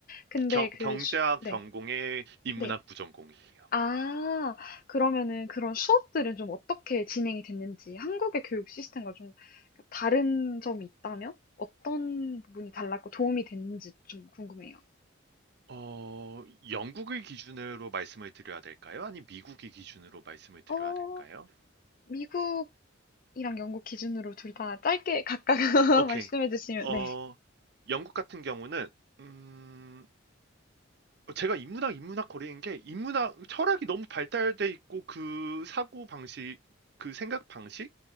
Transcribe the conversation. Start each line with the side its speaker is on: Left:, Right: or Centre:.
Left: 근데
Right: 경,
Left: 그
Right: 경제학
Left: 수, 네.
Right: 전공의 인문학
Left: 네.
Right: 부전공이에요.
Left: 아. 그러면은 그런 수업들은 좀 어떻게 진행이 됐는지 한국의 교육 시스템과 좀 그 다른 점이 있다면 어떤 부분이 달랐고 도움이 됐는지 좀 궁금해요.
Right: 어, 영국을 기준으로 말씀을 드려야 될까요? 아니, 미국의 기준으로 말씀을 드려야
Left: 어
Right: 될까요?
Left: 미국이랑 영국 기준으로 둘 다 짧게 각각 <laughs>
Right: 오케이.
Left: 말씀해 주시면
Right: 어,
Left: 네.
Right: 영국 같은 경우는, 음, 어, 제가 인문학, 인문학 거리인 게 인문학 철학이 너무 발달돼 있고 그 사고 방식, 그 생각 방식,